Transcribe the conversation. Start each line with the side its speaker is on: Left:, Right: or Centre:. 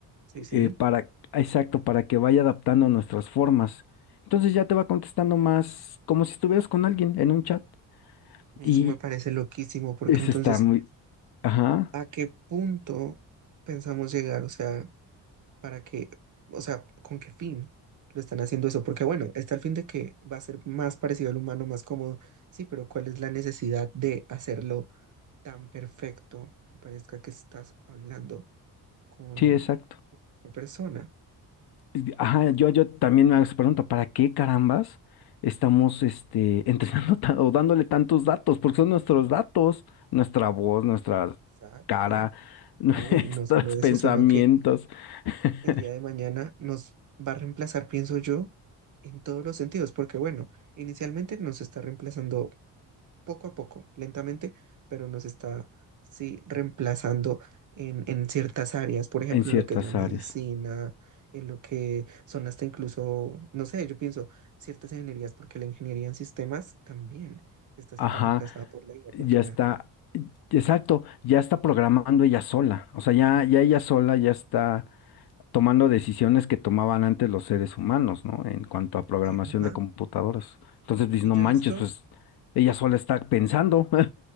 Right: Sí,
Left: eh,
Right: sí.
Left: para, exacto, para que vaya adaptando nuestras formas. Entonces ya te va contestando más como si estuvieras con alguien en un chat.
Right: Eso
Left: Y
Right: me parece loquísimo, porque
Left: eso
Right: entonces,
Left: está muy, ajá,
Right: ¿a qué punto pensamos llegar? O sea, ¿para qué? O sea, ¿con qué fin lo están haciendo eso? Porque bueno, está el fin de que va a ser más parecido al humano, más cómodo. Sí, pero ¿cuál es la necesidad de hacerlo tan perfecto que parezca que estás hablando con
Left: sí, exacto.
Right: una persona?
Left: Y- Ajá, yo, yo también me hago esa pregunta, ¿para qué carambas estamos este, <laughs> entrenando ta- o dándole tantos datos? Porque son nuestros datos, nuestra voz, nuestra
Right: Exacto.
Left: cara, <laughs> nuestros
Right: No, y no solo eso,
Left: pensamientos
Right: sino que
Left: <laughs>
Right: el día de mañana nos va a reemplazar, pienso yo, en todos los sentidos, porque bueno, inicialmente nos está reemplazando poco a poco, lentamente, pero nos está, sí, reemplazando en, en ciertas áreas, por ejemplo,
Left: en ciertas
Right: en lo que es la medicina,
Left: áreas.
Right: en lo que son hasta incluso, no sé, yo pienso, ciertas ingenierías, porque la ingeniería en sistemas también está
Left: Ajá,
Right: siendo reemplazada por la IA,
Left: ya
Right: porque
Left: está.
Right: la...
Left: Exacto, ya está programando ella sola, o sea, ya, ya ella sola ya está tomando decisiones que tomaban antes los seres humanos, ¿no? En cuanto a programación
Right: eh, ajá,
Left: de computadoras. Entonces dices,
Right: Y
Left: no
Right: yo
Left: manches,
Right: he visto
Left: pues ella sola está pensando,